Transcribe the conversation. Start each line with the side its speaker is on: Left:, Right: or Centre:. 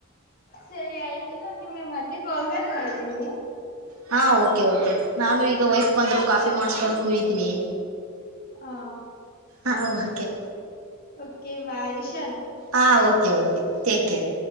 Left: ಸರಿ ಆಯತು ನಾನು ನಿಮಗೆ ಮತ್ತೆ ಕಾಲ್ ಬ್ಯಾಕ್ ಮಾಡ್ತೀನಿ.
Right: ಹಾ, ಓಕೆ -ಓಕೆ ನಾನು ಈಗ ವೈಫ್ ಬಂದರು ಕಾಫಿ ಮಾಡಿಸಕೊಂಡು ಕೂಡಿತೀನಿ.
Left: ಹಾ
Right: ಹಾ,. ಓಕೆ
Left: ಓಕೆಬಾಯ್ ಉಷಾರು.
Right: ಹಾ ಓಕೆ ಓಕೆ ಟೇಕ್ ಕೇರ್